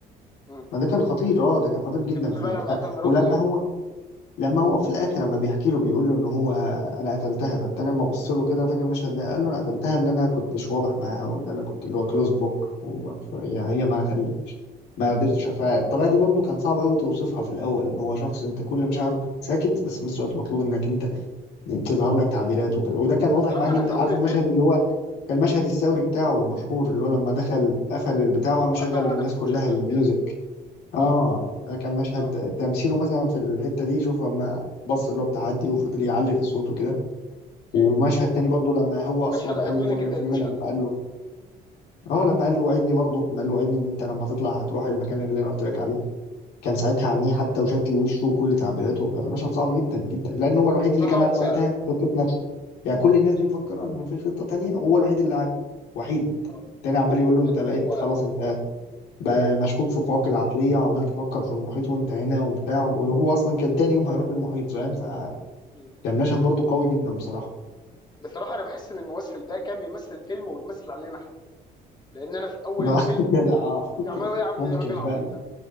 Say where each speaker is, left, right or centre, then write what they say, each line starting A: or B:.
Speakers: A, on the left; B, on the left.
A: مم.
B: ما ده كان خطير اه ده كان خطير جدا
A: انت بتقول
B: في
A: بقى
B: البتاع
A: لما قتل مراته
B: ولما
A: ايه
B: هو لما هو في الاخر لما بيحكي له بيقول له ان هو انا قتلتها فالتاني لما بص له كده انا فاكر المشهد ده قال له انا قتلتها ان انا كنتش واضح معاها وان انا كنت اللي هو كلوز بوك يعني
A: مم.
B: هي ما خل... ما قدرتش فالطبيعه دي برضو كان صعب قوي توصفها في الاول اللي هو شخص انت كل مشاعره ساكت بس في نفس الوقت مطلوب انك انت تظهر لك تعبيرات وكده وده كان
A: بصراحه
B: واضح معاه جدا
A: انا في اول
B: عارف
A: الفيلم
B: المشهد اللي هو المشهد الثوري بتاعه المشهور اللي هو لما دخل قفل البتاع وقام
A: وقفل
B: مشغل
A: على
B: للناس
A: نفسه
B: كلها
A: وشغل
B: الميوزك
A: الميوزك
B: اه
A: اه
B: ده كان مشهد
A: اه اه
B: تمثيله مثلا في الحتة دي شوف لما بص اللي هو بتاع عدي وفضل يعلي في صوته كده ومشهد
A: ايوه
B: تاني برضه لما هو اصلا
A: مشهد ايقوني
B: قال لمورجان
A: جدا
B: فريمان
A: المشهد
B: لما
A: ده
B: قال له اه لما قال له وعدني برضه لما قال له وعدني ان انت لما تطلع هتروح المكان اللي انا قلت لك عليه كان ساعتها
A: مم.
B: عينيه حتى وشكل وشه وكل تعبيراته يعني مشهد صعب جدا جدا لان هو الوحيد
A: بصراحه
B: اللي كان
A: هو
B: عارف ساعتها خطه نفسه يعني كل الناس دي
A: الم-
B: مفكره ان في خطه تانية وهو الوحيد اللي عارف وحيد
A: اه
B: التاني عمال يقول له
A: لا
B: انت بقيت
A: هو
B: خلاص انت بقى مشكوك في قواك العقليه وعمال تفكر في المحيط وانت هنا وبتاع وهو اصلا كان تاني يوم هيروح المحيط فاهم فكان
A: مم.
B: مشهد برضه قوي جدا بصراحه
A: بصراحه انا بحس ان الممثل ده كان بيمثل فيلم وبيمثل علينا احنا لان انا في اول
B: لا
A: الفيلم
B: <laughs> جدع اه
A: كنت عمال اقول يا عم
B: ممكن
A: مين الراجل العبيط
B: فعلا
A: ده